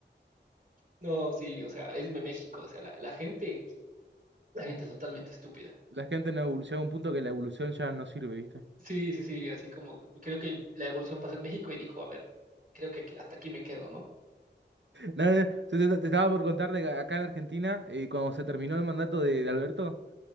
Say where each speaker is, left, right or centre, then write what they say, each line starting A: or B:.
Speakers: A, on the right; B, on the right.
A: no, sí, o sea, es México, o sea, la la gente, la gente es totalmente estúpida.
B: La gente no evoluciona a un punto que la evolución ya no sirve, ¿viste?
A: Sí, sí, sí, así como creo que la evolución pasó en México y dijo, a ver, creo que aquí- hasta aquí me quedo, ¿no?
B: No, no, te, te- te estaba por contar de que acá en Argentina, eh, cuando se terminó el mandato de, de Alberto,